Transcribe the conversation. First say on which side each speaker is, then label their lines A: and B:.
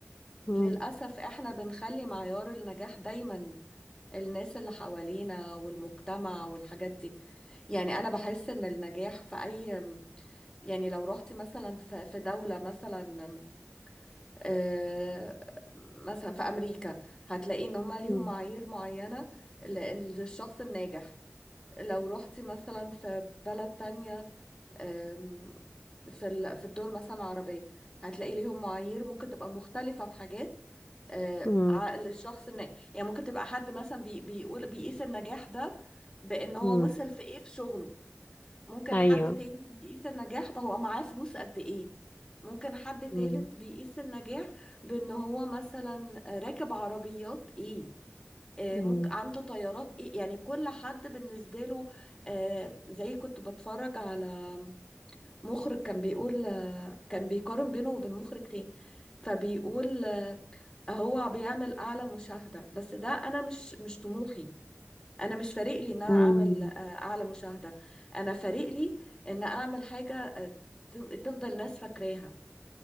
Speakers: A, on the left (about 30°); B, on the left (about 15°).
A: مم.
B: للاسف احنا بنخلي معيار النجاح دايما الناس اللي حوالينا والمجتمع والحاجات دي يعني انا بحس ان النجاح في اي يعني لو رحتي مثلا في في دولة مثلا آه، مثلا في امريكا هتلاقي ان هما ليهم
A: مم.
B: معايير معينة لأن- للشخص الناجح لو رحتي مثلا في بلد تانية آم، في ال- في الدول مثلا العربية هتلاقي ليهم معايير ممكن تبقى مختلفة في حاجات آه،
A: مم.
B: عقل الشخص النا... يعني ممكن تبقى حد مثلا بي... بيقول بيقيس النجاح ده بأن هو
A: مم.
B: وصل في ايه في شغله ممكن
A: ايوه
B: حد تاني بيقيس النجاح بهو معاه فلوس قد ايه ممكن حد تالت
A: مم.
B: بيقيس النجاح بأن هو مثلا راكب عربيات ايه آه،
A: مم.
B: ممكن عنده طيارات ايه يعني كل حد بالنسبة له آه، زي كنت بتفرج على مخرج كان بيقول آه، كان بيقارن بينه وبين مخرج تاني فبيقول آه، هو بيعمل اعلى مشاهدة بس ده انا مش مش طموحي انا مش فارق لي ان انا
A: مم.
B: اعمل آه، اعلى مشاهدة انا فارق لي ان اعمل حاجة آه، تف- تفضل الناس فاكراها